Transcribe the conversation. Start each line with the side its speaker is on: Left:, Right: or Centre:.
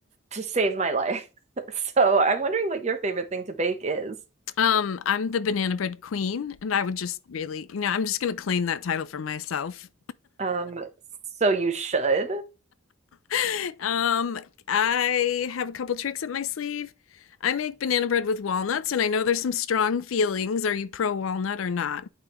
Right: to save my life. <laughs> So I'm wondering what your favorite thing to bake is.
Left: Um, I'm the banana bread queen, and I would just really, you know, I'm just gonna claim that title for myself.
Right: Um, so you should.
Left: <laughs> Um, I have a couple tricks up my sleeve. I make banana bread with walnuts, and I know there's some strong feelings. Are you pro walnut or not?